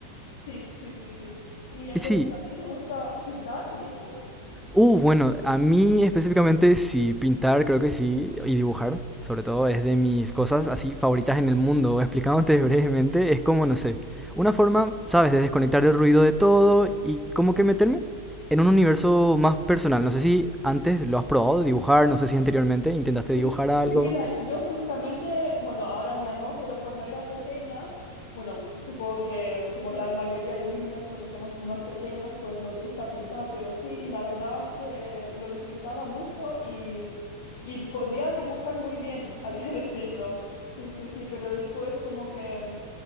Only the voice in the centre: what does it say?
Sí,
Uh, bueno, a mí específicamente sí, pintar creo que sí, y dibujar, sobre todo, es de mis cosas así favoritas en el mundo. Explicándote <laughs> brevemente, es como, no sé, una forma, ¿sabes?, de desconectar el ruido de todo y como que meterme en un universo más personal. No sé si antes lo has probado, dibujar, no sé si anteriormente intentaste
dibujar algo.